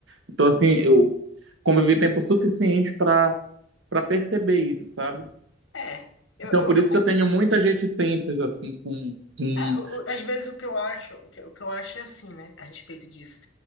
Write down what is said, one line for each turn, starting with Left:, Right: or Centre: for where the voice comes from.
Right: Então, assim, eu convivi tempo suficiente para para perceber isso, sabe?
Left: É, eu,
Right: Então,
Left: eu,
Right: por
Left: eu-
Right: isso que eu tenho muitas reticências, assim, com, com,
Left: é, o- o- às vezes o que eu acho, o que, o que eu acho é assim, né, a respeito disso,